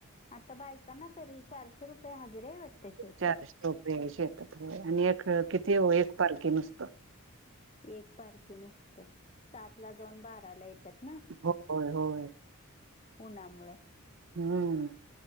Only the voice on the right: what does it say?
चारशे रूपये आहे शेतात होय आणि एक किती ओ, एक पारखी नुसतं.
होय होय
हम्म